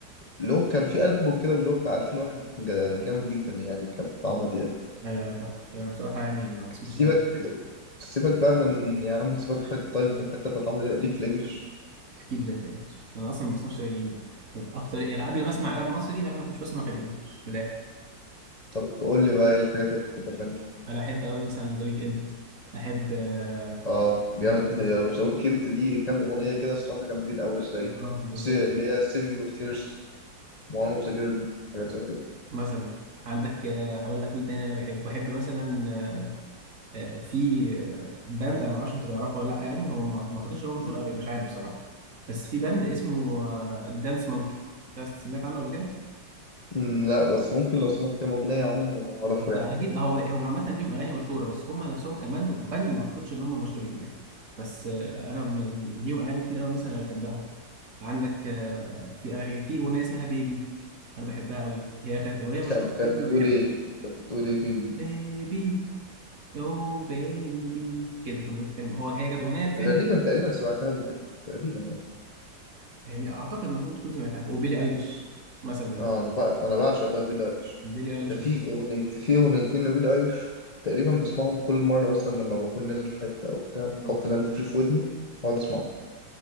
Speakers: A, on the left; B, on the right.
A: اللي هو كان في ألبوم كده اللي هو بتاع 2001 ده كان جا- جامد جدا يعني كان بتاع عمرو دياب
B: آه، ف- انا بصراحه يعني ما بسمعش
A: سيبك
B: راب كتير.
A: سيبك بقى من يا عم سيبك حتة طيب من الحتة بتاعت عمرو دياب ليك في الإنجليش
B: اكيد لا فاهم انا اصلا ما بسمعش يعني اكتر يعني قبل ما اسمع راب مصري قبل ما كنتش بسمع غير انجلش في الاخر
A: طب قول لي بقى ايه الحاجات اللي بتحبها فرانك
B: انا احب قوي مثلا ذا ويك اند احب آه،
A: اه جامد
B: احب
A: ذا ويكند ليه كام اغنيه كده الصراحه جامدين قوي زي
B: آه، بالظبط
A: سي- اللي هي سيف يور تيرز وان اوف ذا جيرل حاجات زي كده
B: مثلا عندك آه، هقول لك مين تاني انا بحب بحب مثلا آه، آه، في آه، باند انا ما اعرفش انت تعرفه ولا لا يعني هو ما ما اعتقدش ان هو مشهور
A: مم.
B: قوي مش عارف بصراحه بس في باند اسمه دانس مونكي سمعت عنه قبل كده؟
A: مم، لا بس ممكن لو سمعت كام اغنيه عنه اعرفه
B: انت
A: يعني
B: اكيد هو هم عامه ليهم اغاني مشهوره بس هم نفسهم كمان باند ما اعتقدش ان هم مشهورين يعني بس آه، انا من- ليهم اغاني كتير قوي مثلا انا بحبها عندك آه، في اغاني في اغنيه اسمها بيبي انا بحبها قوي هي كانت اغنيه
A: كانت
B: مشهوره في
A: كانت
B: فيلم
A: بتقول
B: بحب
A: ايه بت- كانت بتقول ايه بيبي
B: بيبي يو بيبي كده كان بيتكلم هو هي كانت اغنيه الفيلم
A: تقريبا تقريبا سمعتها قبل كده تقريبا يعني
B: يعني اعتقد انك ممكن تكون سمعتها وبيلي ايليش مثلا
A: اه انا بقى انا بعشق بقى بيلي ايليش
B: بيلي ايليش
A: ده في
B: من
A: اغنيه في اغنيتين لبيلي ايليش تقريبا بسمعهم كل مره مثلا لما بكون نازل في حته او بتاع
B: ايه هو
A: بحط لاند فري في ودني واقعد اسمعهم